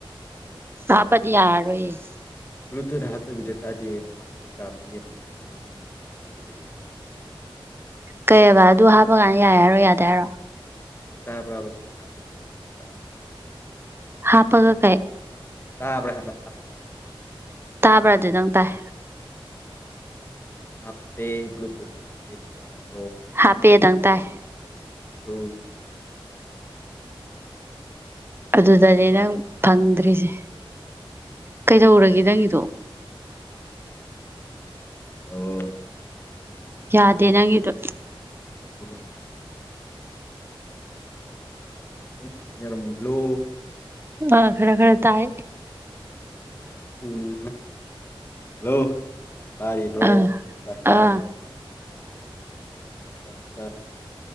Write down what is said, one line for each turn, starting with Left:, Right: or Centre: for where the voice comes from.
Left: ꯑꯗꯨꯒꯤ
Right: ꯑꯕꯗꯤꯌꯥ ꯍꯥꯏꯔ ꯑꯣꯏꯏ
Left: ꯕ꯭ꯂꯨꯇꯨꯠ ꯍꯥꯞꯇꯕꯤꯗ ꯇꯥꯗꯦ ꯍꯥꯞꯄꯒ ꯇꯥꯕ ꯌꯦꯡꯉꯨ ꯍꯥꯏꯕꯅꯤ
Right: ꯀꯩꯑꯕ ꯑꯗꯨ ꯍꯥꯞꯄ ꯀꯥꯟꯗ ꯌꯥꯏ ꯍꯥꯏꯔꯣ ꯌꯥꯗꯦ ꯍꯥꯏꯔꯣ
Left: ꯇꯥꯕ꯭ꯔꯥꯕ ꯁꯤ ꯍꯥꯞꯄꯤꯅꯦꯕ ꯍꯧꯖꯤꯛ ꯇꯥꯕ꯭ꯔꯥꯕ
Right: ꯍꯥꯥ ꯄꯒ ꯀꯥꯏ
Left: ꯇꯥꯕ꯭ꯔ ꯍꯥꯏꯕ ꯇꯥꯕꯕ
Right: ꯇꯥꯕ꯭ꯔꯥ ꯑꯗꯨꯗꯪ ꯇꯥꯏ
Left: ꯍꯥꯞꯇꯦ ꯕ꯭ꯂꯨꯇꯨꯠ ꯍꯥꯞꯇꯦ ꯇꯥꯔꯕꯥ
Right: ꯍꯥꯞꯄꯦꯗꯪ ꯇꯥꯏ
Left: ꯄꯤꯨ
Right: ꯑꯗꯨꯗꯗꯤ
Left: ꯁꯤ ꯇꯥꯕ꯭ꯔꯣ
Right: ꯅꯪ ꯐꯪꯗ꯭ꯔꯤꯁꯦ ꯀꯩꯗꯧꯔꯒꯦ ꯅꯪꯒꯤꯗꯣ
Left: ꯍꯜꯂꯣ
Right: ꯌꯥꯗꯦ ꯅꯪꯗ
Left: ꯨ ꯃ ꯁ ꯃꯣꯏ ꯍꯜꯂꯣ
Right: ꯑ ꯈꯔ ꯈꯔ ꯇꯥꯏ
Left: ꯄꯨꯅ ꯍꯂꯣ ꯇꯥꯔꯤꯕ꯭ꯔꯣ
Right: ꯑꯥ
Left: ꯆꯥꯛꯆꯥꯥꯔꯔꯕꯣ
Right: ꯑꯥ
Left: ꯆꯥꯛ ꯆꯥꯔ